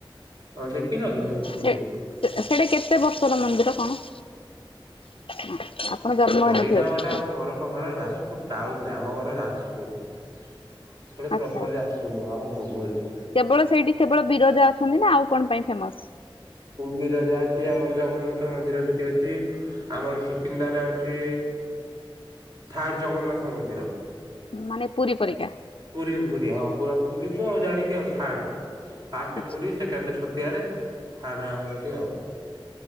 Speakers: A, on the right; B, on the left.
A: ହଁ ଦେଖିନ କି ନ୍ୟୁଜ୍ ଫ୍ୟୁଜରେ?
B: ସେଟା କେତେ ବର୍ଷର ମନ୍ଦିର କଣ? <inaudible>
A: ପଡିନାଁଟା
B: ହେଇନଥିବେ ବୋଧେ
A: ଆମ ଘର ପାଖରେ ଯାଜପୁର ଟାଉନରେ ଆମ ଘର ଯାଜପୁର। ପୁଣି
B: ଆଚ୍ଛା
A: ପ୍ରପର
B: ଆଚ୍ଛା।
A: ଯାଜପୁର ନୁହେଁ ଆମର ଡ଼ୁବୁରୀ।
B: କେବଳ ସେଇଠି କେବଳ ବିରଜା ଅଛନ୍ତି ନା ଆଉ କଣ ପାଇଁ ଫେମସ?
A: ବିରଜା ଅଛି ଆମର ଜଗନ୍ନାଥ ମନ୍ଦିର ସେଠି ଅଛି ଆମର ସୁକିନ୍ଦାରେ ଅଛି ଥାର୍ଡ଼ ଜଗନ୍ନାଥ ମନ୍ଦିର।
B: ମାନେ ପୁରୀ ପରିକା
A: ପୁରୀ-ପୁରୀ ହଁ ପୁରା ପୁରୀ ତ ଆଉ ଜାଣିକି ଆଉ ଥାର୍ଡ଼ ର। ଫାଷ୍ଟ
B: ଆଚ୍ଛା।
A: ପୁରୀ ସେକେଣ୍ଡ ଛତିଆରେ ଥାର୍ଡ଼ରେ ଆମର ଏଠି ଆଉ।